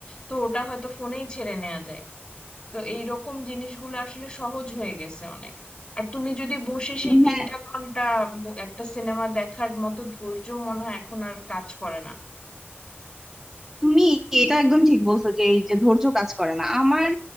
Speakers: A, on the left (about 30°); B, in the centre.
A: তো ওটা হয়তো ফোনেই ছেড়ে নেওয়া যায় তো এই রকম জিনিসগুলো আসলে সহজ হয়ে গেছে অনেক আর তুমি যদি বসে সেই
B: হ্যাঁ
A: তিনটা ঘন্টা ব- একটা সিনেমা দেখার মতো ধৈর্য মনে হয় এখন আর কাজ করে না
B: তুমি এটা একদম ঠিক বলছো যে এই যে ধৈর্য কাজ করে না আমার